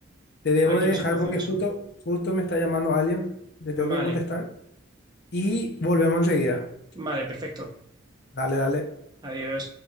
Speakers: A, on the left (about 55°); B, on the right (about 20°).
A: te debo
B: aquí
A: de
B: no
A: dejar
B: se puede
A: porque
B: hacer eso.
A: justo, justo me está llamando alguien, le
B: Vale,
A: tengo que contestar y volvemos enseguida.
B: vale, perfecto.
A: Dale, dale.
B: Adiós.